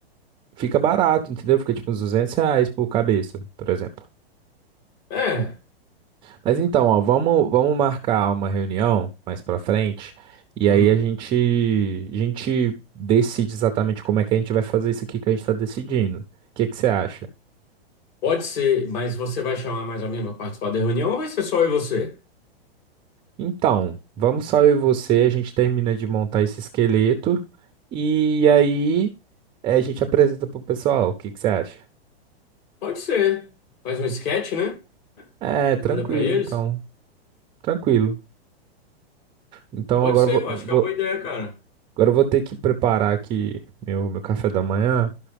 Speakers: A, on the right (about 15°); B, on the left (about 45°).
A: fica barato, entendeu? Fica tipo uns 200 reais por cabeça, por exemplo.
B: É,
A: Mas então, ó, vamos, vamos marcar uma reunião mais pra frente e
B: hum,
A: aí a gente, a gente decide exatamente como é que a gente vai fazer isso aqui que a gente tá decidindo. O que que você acha?
B: pode ser, mas você vai chamar mais alguém para participar da reunião ou vai ser só eu e você?
A: Então, vamos só eu e você, a gente termina de montar esse esqueleto e aí eh, a gente apresenta pro pessoal. O que que você acha?
B: Pode ser. Faz um sketch, né?
A: É, tranquilo,
B: E manda pra eles.
A: então. Tranquilo. Então
B: Pode
A: agora
B: ser,
A: eu vou,
B: eu acho que
A: vou-
B: é uma boa ideia, cara.
A: agora eu vou ter que preparar aqui meu, meu café da manhã.